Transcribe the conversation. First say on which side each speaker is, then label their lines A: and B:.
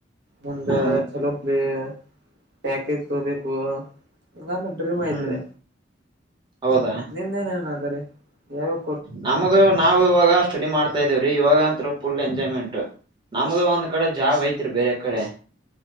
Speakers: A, on the right; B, on the right.
A: ಮುಂದ
B: ಹಾ
A: ಚಲೋ ಲೇ ಪ್ಯಾಕೇಜ್ ತಗೊಬೇಕೂ. ಹಂಗಂದ್ರ ಡ್ರೀಮ್ ಐತ್ರಿ
B: ಹ್ಮ್ ಹೌದಾ
A: ನಿಮ್ದ್ ಏನ ಏನಾದಾರೀ ಯಾವ್ ಯಾವ್
B: ನಮ್ದ್ ನಾವ್ ಈವಾಗ ಸ್ಟಡಿ ಮಾಡ್ತಾ ಇದೀವ್ರೀ ಇವಾಗ ಅಂತ್ರು ಫುಲ್ ಎಂಜಾಯ್ಮೆಂಟ್. ನಮಗು ಒಂದ್ ಕಡೆ ಜಾಬ್ ಐತ್ರಿ ಬೇರೆ ಕಡೆ.